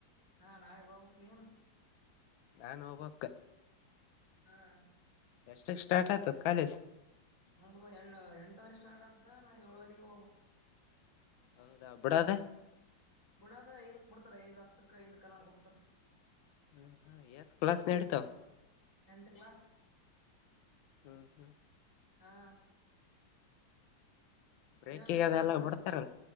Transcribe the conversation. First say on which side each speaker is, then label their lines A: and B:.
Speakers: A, on the left; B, on the left.
A: ಹಾ ನಾಳೆ ಹೋಗಬೇಕು ನೀನ್
B: ನಾನು ಹೋಗ್ಬೇಕು
A: ಹ್ಮ್
B: ಎಷ್ಟದಕ್ ಸ್ಟಾರ್ಟ ಆಯ್ತಾ ಕಾಲೇಜ
A: ಮುಂಗ ಎ ಎಂಟುವರೆ ಸ್ಟಾರ್ಟ್ ಆದ್ದ ನಾ ಏಳುವರೆಗ ಹೋಗ್ಬೇಕು
B: ಹೌದಾ ಬಿಡದ
A: ಬಿಡಾದ ಐದಕ್ ಬಿಡ್ತಾರ ಐದ್ ಹತ್ತುಕ್ ಐದ ಕಣ ಬಿಡ್ತಾರ
B: ಹ್ಮ ಹ್ಮ ಎಸ್ ಕ್ಲಾಸ್ ನಡ್ತಾವ
A: ಎಂಟು ಕ್ಲಾಸ್
B: ಹ್ಮ್ ಹ್ಮ್
A: ಹಾ
B: ಬ್ರೇಕಿಗೆ
A: ಇನ್ನೊಂದು ಎಕ್ಸಾಮ್ಗ
B: ಅದೆಲ್ಲ ಬಿಡ್ತಾರಲ್ಲ